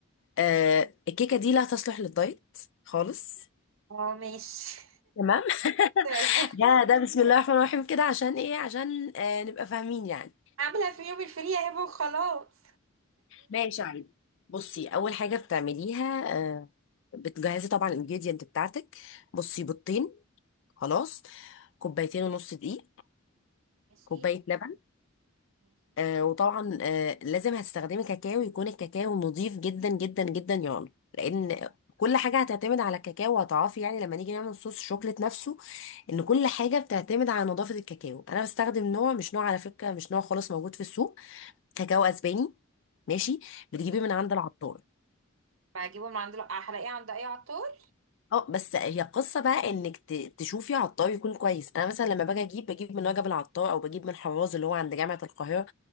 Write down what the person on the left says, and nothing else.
آه الكيكه دي لا تصلح للدايت خالص
تمام <laughs>
ده ده بسم الله الرحمن الرحيم كده عشان ايه عشان آه نبقى فاهمين يعني
ماشي عادي بصي اول حاجه بتعمليها آه، بتجهزي طبعا الانجريدينت بتاعتك بصي بيضتين خلاص كوبايتين ونص دقيق
كوبايه لبن
آه وطبعا آه لازم هتستخدمي كاكاو يكون الكاكاو نظيف جدا جدا جدا يعني لان كل حاجه هتعتمد على الكاكاو وهتعرفي يعني لما نيجي نعمل صوص الشوكليت نفسه ان كل حاجه بتعتمد على نظافه الكاكاو انا بستخدم نوع مش نوع على فكره مش نوع خالص موجود في السوق كاكاو اسباني ماشي بتجيبيه
من عند العطار
اه بس هي قصة بقى انك ت- تشوفي عطار يكون كويس انا مثلا لما باجي اجيب بجيب من وجب العطار او بجيب من حراز اللي هو عند جامعة القاهرة